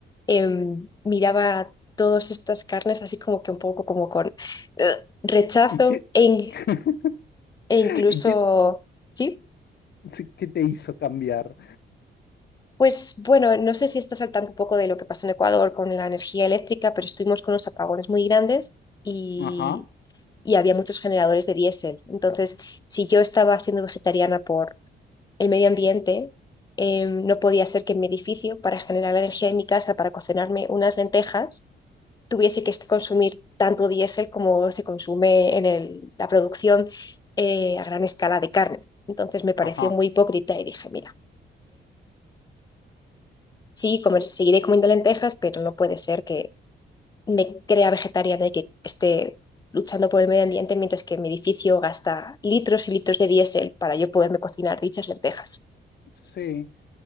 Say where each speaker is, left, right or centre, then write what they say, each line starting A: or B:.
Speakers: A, on the left (about 20°); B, on the left (about 60°).
A: em, miraba todas estas carnes así como que un poco como con eh, rechazo
B: ¿Y qué?
A: e, in-
B: <laughs>
A: e incluso,
B: ¿Y qué,
A: sí,
B: sí, qué te hizo cambiar?
A: pues bueno, no sé si estás al tanto un poco de lo que pasó en Ecuador con la energía eléctrica, pero estuvimos con unos apagones muy grandes y
B: Ajá.
A: y había muchos generadores de diésel. Entonces, si yo estaba siendo vegetariana por el medio ambiente, eh, no podía ser que en mi edificio, para generar la energía en mi casa, para cocinarme unas lentejas, tuviese que
B: s-
A: consumir tanto diésel como se consume en el, la producción eh, a gran escala de carne. Entonces me pareció
B: Ajá.
A: muy hipócrita y dije, mira, sí, comer, seguiré comiendo lentejas, pero no puede ser que me crea vegetariana y que esté luchando por el medio ambiente mientras que mi edificio gasta litros y litros de diésel para yo poderme cocinar dichas lentejas.
B: Sí.